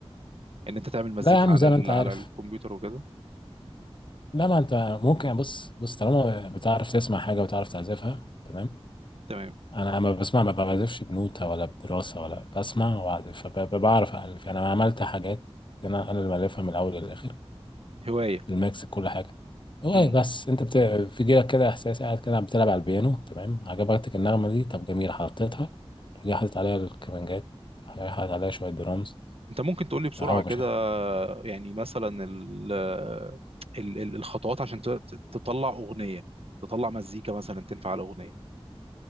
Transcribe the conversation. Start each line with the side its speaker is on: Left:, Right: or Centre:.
Right: ان انت تعمل مزيكا
Left: لا يا عم
Right: على
Left: زي
Right: ال-
Left: ما انت
Right: على
Left: عارف
Right: الكمبيوتر وكده
Left: لا ما انت ممكن يعني بص بص طالما بتعرف تسمع حاجه وتعرف تعزفها تمام
Right: تمام
Left: انا لما بسمع ما بعزفش بنوتة ولا بدراسه ولا بسمع واعزف فبعرف الف يعني انا عملت حاجات انا انا اللي مالفها من الاول للاخر
Right: هوايه
Left: الميكس كل حاجه هو
Right: امم
Left: بس انت بت... في جيلك كده احساس قاعد كده بتلعب على البيانو تمام عجبتك النغمه دي طب جميل حطيتها جاي حاطط عليها الكمانجات جاي حاطط عليها شويه درامز
Right: انت ممكن تقول لي بسرعه
Left: او
Right: كده
Left: مش
Right: يعني مثلا ال ال- ال- الخطوات عشان ت- ت- تطلع اغنيه تطلع مزيكا مثلا تنفع على اغنيه